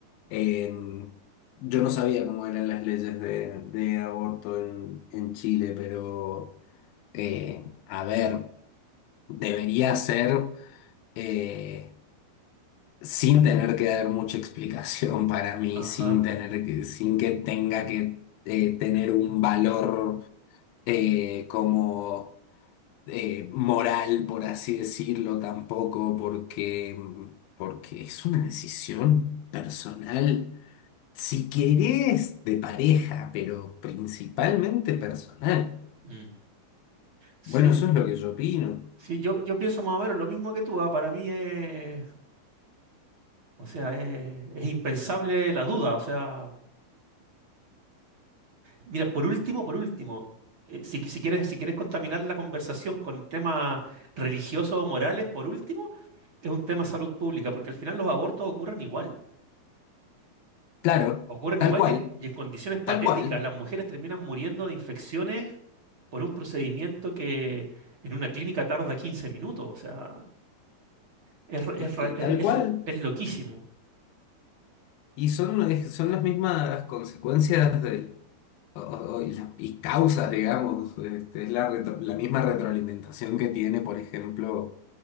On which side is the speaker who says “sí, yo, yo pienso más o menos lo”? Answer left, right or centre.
Right